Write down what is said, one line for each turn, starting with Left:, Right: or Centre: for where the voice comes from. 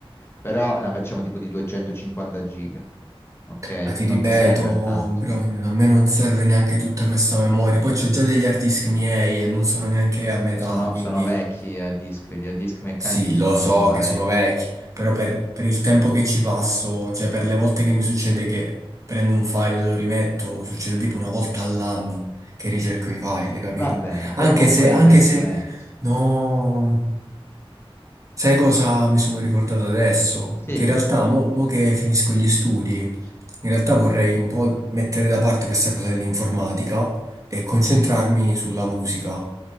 Left: Però la facciamo tipo di 250 giga, ok?
Right: Ma ti
Left: Non
Right: ripeto,
Left: ti serve a tanto.
Right: bro, a me non serve neanche tutta questa memoria. Poi c'ho già degli hard disk miei e non sono neanche a metà,
Left: Sono,
Right: quindi
Left: sono vecchi a disk, gli a disk meccanici
Right: sì,
Left: sono
Right: lo so
Left: roba
Right: che
Left: vecchia.
Right: sono vecchi, però per, per il tempo che ci passo, cioè per le volte che mi succede che prendo un file e lo rimetto, succede tipo una volta all'anno che ricerco i file, capito?
Left: Va bene, però
Right: Anche
Left: comunque
Right: se,
Left: è un
Right: anche
Left: investimento.
Right: se, no, sai cosa mi sono ricordato adesso?
Left: Sì.
Right: Che in realtà, mo, mo che finisco gli studi. In realtà vorrei un po' mettere da parte questa cosa dell'informatica e concentrarmi sulla musica.